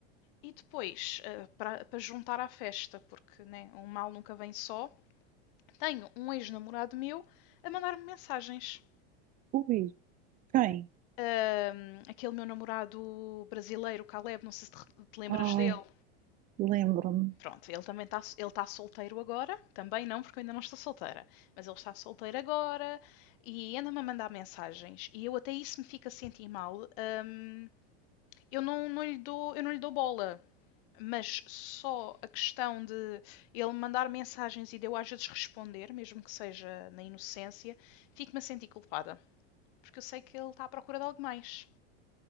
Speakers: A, on the left (about 55°); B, on the right (about 25°).
A: E depois, eh, para, para juntar à festa, porque né, um mal nunca vem só, tenho um ex-namorado meu a mandar-me mensagens.
B: Ui, quem?
A: Ahm, aquele meu namorado brasileiro, Caleb, não sei se te, te lembras
B: Ai,
A: dele.
B: lembro-me.
A: Pronto, ele também está ele tá solteiro agora. Também não, porque eu ainda não estou solteira. Mas ele está solteiro agora e anda-me a mandar mensagens. E eu até isso me fica a sentir mal. ahm, eu não, não lhe dou, eu não lhe dou bola. Mas só a questão de ele mandar mensagens e de eu às vezes responder, mesmo que seja na inocência, fico-me a sentir culpada. Porque eu sei que ele está à procura de algo mais.